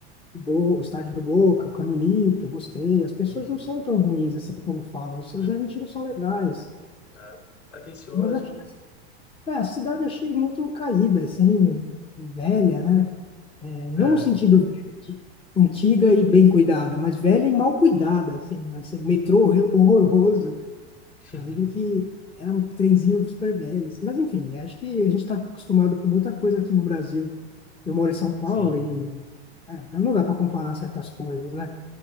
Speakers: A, on the left; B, on the left.
A: o, Bo- o estádio do Boca, o Caminito, gostei. As pessoas
B: Sim.
A: não são tão ruins assim como falam. Os seus
B: Uhum.
A: argentinos são legais.
B: Ah, atencioso,
A: Mas acho que
B: né?
A: É, a cidade eu achei muito caída, assim, velha, né? É, não
B: É,
A: no sentido velha, de antiga e bem cuidada, mas velha e mal cuidada, assim, assim, metrô horror- horroroso.
B: <laughs>
A: Eu lembro que era um trenzinho super velho, assim. Mas enfim, acho que a gente está acostumado com muita coisa aqui no Brasil. Eu moro em São Paulo
B: sim.
A: e é, não dá para comparar certas coisas, né?